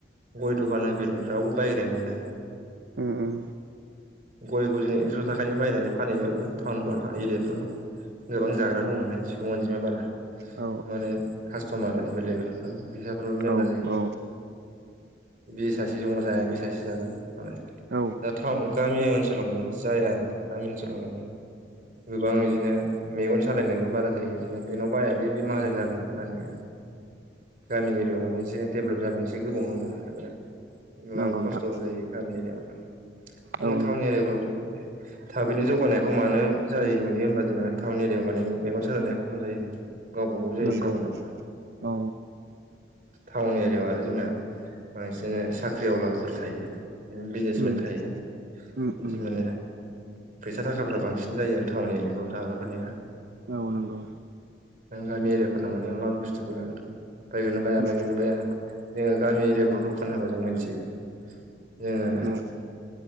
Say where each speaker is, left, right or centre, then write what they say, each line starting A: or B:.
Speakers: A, on the right; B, on the right.
A: गय दखान होफैलाय रावबो बायग्रायानो गैया
B: ओम ओम
A: गयखौ जोङो एक्स' थाखानि बायनानै फानैहैबाबो टाउन एरियाफ्राव गोबां जाग्रा दं मे सुबुं अनजिमाया बारा
B: औ
A: माने कास्ट'मारा एभेलेबेल फैसाफ्राबो मेर्ला
B: औ
A: जायो
B: औ
A: बे सासे दङ जाया बे सासे जागोन मालाया
B: औ
A: दा गामि ओनसोलाव माने बिदि जाया आरो गामि ओनसोलाव माने गोबां बिदिनो मेगन सालायनायबो बारा जायो बिदिनो बेनाव बायालै बे माहाजोन जागोन माने गामि एरियायाव माने एसे डेभेलप जानाय एसे गोबाव नांगौ गोबां
B: नंगौ
A: खस्थ'
B: नोंथां
A: जायो गामि एरियाायाव जोङो
B: औ नों
A: टाउन एरियाफ्राव थाबैनो जौगानायखौ मानो जायो नुयो होनोमबा जोङो टाउन एरियायाव माने मेगन साजायनाया खम जायो गावबा गाव जायो
B: नंगौ
A: टाउनाव
B: औ
A: टाउन एरियायाव आरो जोंना बांसिनो साख्रिआववलाफोर थायो बिनो बिजनेसमेन
B: उम
A: थायो
B: उम उम
A: जि माने फैसा थाखाफ्रा बांसिन जायो टाउन एरियाखौ थाग्राफोरनिया
B: औ नंगौ।
A: गामि एरियाफोरनाव माने माल बुस्थुखौनो बायगोनना बाया
B: उम
A: बायगोनना बाया जोङो गामि एरियाफ्राव दखान होबा जों मिथियो। जोंओ
B: नंगौ